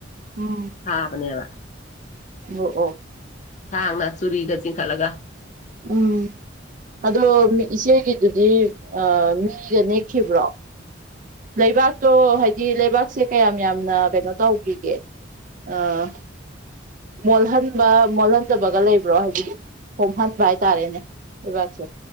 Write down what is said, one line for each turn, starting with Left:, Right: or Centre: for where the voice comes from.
Right: ꯎꯝ
Left: ꯊꯥꯕꯅꯦꯕ
Right: ꯅꯣ ꯑꯣ
Left: ꯁꯥꯡꯅ ꯆꯨꯔꯤꯒ ꯆꯤꯡ ꯈꯠꯂꯒ
Right: ꯎꯝ ꯑꯗꯣ ꯏꯆꯦꯒꯤꯗꯨꯗꯤ ꯑ ꯃꯤꯒ ꯅꯦꯛꯈꯤꯕ꯭ꯔꯣ ꯂꯩꯕꯥꯛꯇꯣ ꯍꯥꯏꯗꯤ ꯂꯩꯕꯥꯛꯁꯦ ꯀꯌꯥꯝ ꯌꯥꯝꯅ ꯀꯩꯅꯣ ꯇꯧꯒꯤꯒꯦ ꯑꯥ ꯃꯣꯜꯍꯟꯕ ꯃꯣꯜꯍꯟꯗꯕꯒ ꯂꯩꯕ꯭ꯔꯣ ꯍꯥꯏꯗꯤ ꯍꯣꯝꯍꯟꯕ ꯍꯥꯏꯇꯥꯔꯦꯅꯦ ꯂꯩꯕꯥꯛꯁꯦ